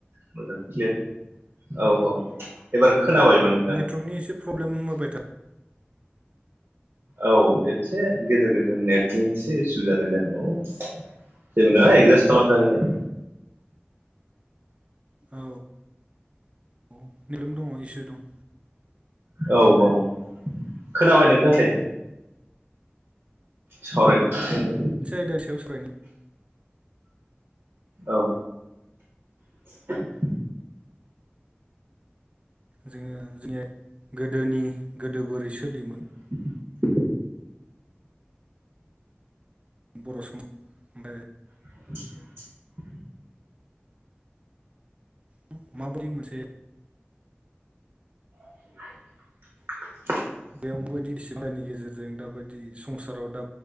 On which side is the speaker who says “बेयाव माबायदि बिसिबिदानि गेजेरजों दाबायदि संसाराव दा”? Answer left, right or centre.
Right